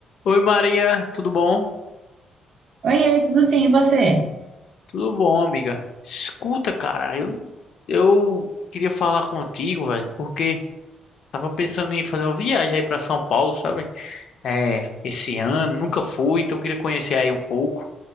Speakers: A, on the left; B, on the right.
A: Oi Maria, tudo bom?
B: Oi, tudo sim, e você?
A: Tudo bom, amiga. Escuta, cara, eu, eu queria falar contigo, velho, porque tava pensando em fazer uma viagem aí pra São Paulo, sabe? É, esse ano, nunca fui, então eu queria conhecer aí um pouco.